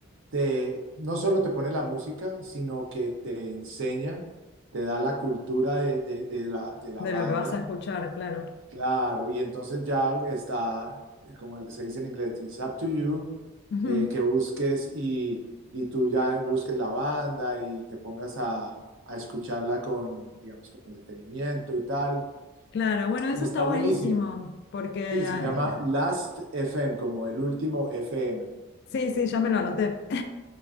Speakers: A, on the right; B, on the left.
A: te, no solo te pone la música, sino que te enseña, te da la cultura de, de, de la, de la
B: de
A: banda,
B: lo que vas a escuchar, claro.
A: Claro, y entonces ya está, eh, como se dice en inglés, it's up to you,
B: Ujú,
A: eh, que busques y, y tú ya busques la banda y te pongas a, a escucharla con, digamos, con detenimiento y tal.
B: Claro, bueno,
A: Y
B: eso
A: está
B: está buenísimo,
A: buenísima.
B: porque
A: Sí, se
B: eh,
A: llama Last FM, como el último FM.
B: Sí, sí, ya me lo anoté. <laughs>